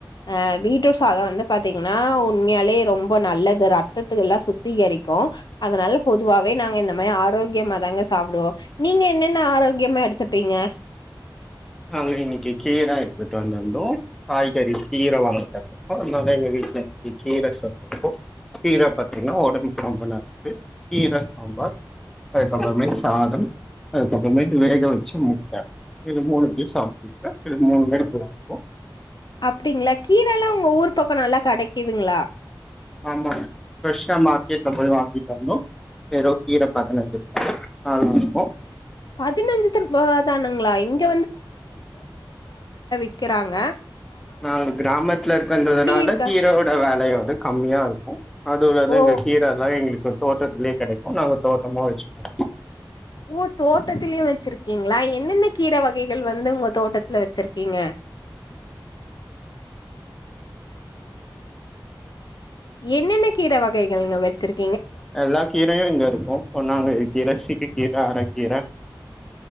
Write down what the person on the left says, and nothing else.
அ பீட்ரூட் சாதொ வந்து பாத்தீங்னா உண்மையாலே ரொம் ம்ப நல்லது ரத் தத்துகல்லா சுத்திகரிக்கு அதுனால பொதுவாவே நாங்க இந்த மாரி ஆரோக்கியமா தாங்க சாப்புடுவோ நீங்க என்னென்ன ஆரோக்கியமா எடுத்துப்பீங்க
அப்டிங்களா கீரல்லா உங்க ஊர் பக்க நல்லா கடைக்கிதுங்ளா
பதினஞ்சு ரூபா தானுங்களா இங்க க்கிறாங்க
இருக்கா
ஓ
ஓ தோட்டத்திலயு வச்சிருக்கீங்ளா என்னென்ன கீர வகைகள் வந்து உங்க தோட்டத்துல வச்சிருக்கீங்க என்னென்ன கீரை வகைகள்ங்க வச்சிருக்